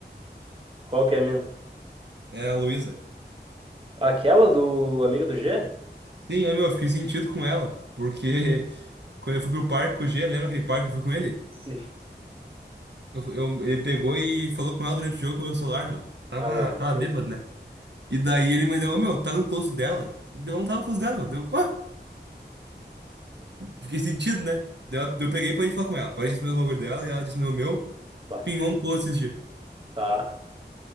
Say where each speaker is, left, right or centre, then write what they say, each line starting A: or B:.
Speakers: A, on the right; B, on the right.
A: qual que é a minha?
B: É a Luísa.
A: Aquela do amigo do G?
B: Sim, eu, meu, eu fiquei sentido com ela. Porque <laughs> quando eu fui pro parque com o G, lembra aquele parque que eu fui com ele?
A: Sim.
B: Eu fui- eu- ele pegou e falou com ela durante o jogo pelo celular, meu. Tava,
A: Ah, não, mentira.
B: tava bêbado, né? E daí ele mandou, ô, meu, tá no close dela. Deu, não tava no close dela, meu. Deu, pá, fiquei sentido, né? Daí Eu, eu peguei e parei de falar com ela. Parei de responder o bagulho dela e ela disse, meu, meu,
A: Pá.
B: pingou um close esse dia.
A: Tá.